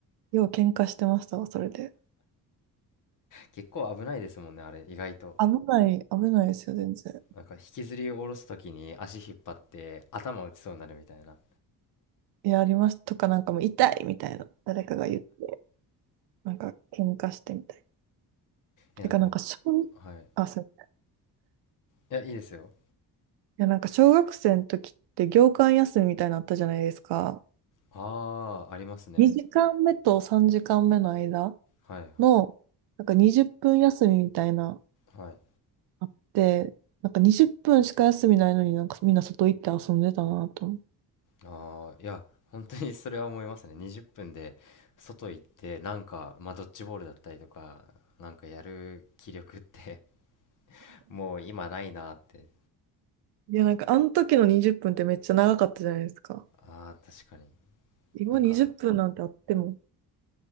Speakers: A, on the right; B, on the left.
A: よう喧嘩してましたわ、それで。
B: 結構危ないですもんね、あれ、意外と。
A: 危ない、危ないですよ、全然。
B: なんか、引きずり下ろすときに足引っ張って、頭打ちそうになるみたいな。
A: いや、あります。とか、なんかもう痛いみたいな、誰かが言って。なんか喧嘩してみたい。
B: え、
A: てかなんか小、
B: なんか僕、はい。
A: あ、そう。
B: いや、いいですよ。
A: いやなんか小学生の時って業間休みみたいなのあったじゃないですか。
B: ああ、ありますね。
A: 2時間目と3時間目の間
B: はいはい
A: の、なんか20分休みみたいな、
B: はい。はい。
A: あって、なんか20分しか休みないのになんかみんな外行って遊んでたなと思って。
B: ああ、いや、本当にそれは思いますね。20分で外行って、なんか、まあ、ドッジボールだったりとか、なんかやる気力って <laughs> もう今ないなって。
A: いやなんかあの時の20分っぷんってめっちゃ長かったじゃないですか。
B: ああ、確かに。
A: 今20分なんてあっても、
B: なんか、